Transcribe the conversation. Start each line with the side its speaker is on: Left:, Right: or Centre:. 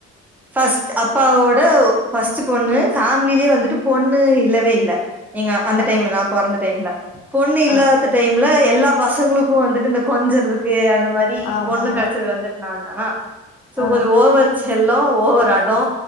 Centre: ஃபர்ஸ்ட் அப்பாவோட ஒ ஃபர்ஸ்ட் பொண்ணு ஃபேமிலிலே வந்துட்டு பொண்ணு இல்லவே இல்ல எங்க அந்த
Left: ஆ
Centre: டைம்ல நா பொறந்த டைம்ல பொண்ணு இல்லாத
Left: ஆ
Centre: டைம்ல எல்லா பசங்களுக்கு வந்துட்டு இந்த கொஞ்சறதுக்கு அந்த மாரி ரி
Left: ஆமா
Centre: பொண்ணு கிெடைச்சது வந்துட்டு நாந்தானா சோ
Left: ஆ
Centre: கொஞ்சோ ஓவர் செல்லோ ஓவர் அடோ